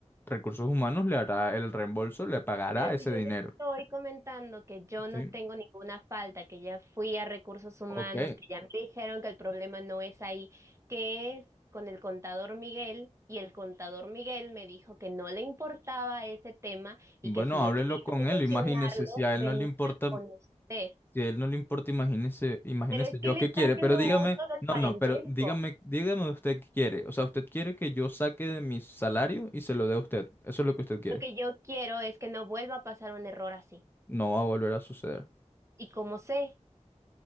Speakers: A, on the left; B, on the right.
A: recursos humanos le hará el reembolso, le pagará
B: Pero
A: ese
B: si
A: dinero.
B: yo le estoy comentando que yo
A: ¿sí?
B: no tengo ninguna falta, que ya fui a recursos humanos,
A: Ok,
B: que ya me dijeron que el problema no es ahí, que es con el contador Miguel, y el contador Miguel me dijo que no le importaba ese tema
A: bueno,
B: y que si yo
A: háblelo
B: quería
A: con él,
B: solucionarlo,
A: imagínese, si a él
B: venía
A: no le importa,
B: con usted.
A: si a él no le importa, imagínese, imagínese
B: Pero es
A: yo
B: que le
A: qué
B: está
A: quiere,
B: haciendo
A: pero dígame,
B: uso del
A: no,
B: parentesco.
A: no, pero dígame, dígame usted qué quiere, o sea, usted quiere que yo saque de mi salario y se lo dé a usted, eso es lo que usted quiere,
B: Lo que yo quiero es que no vuelva a pasar un error así.
A: no va a volver a suceder,
B: Y como sé,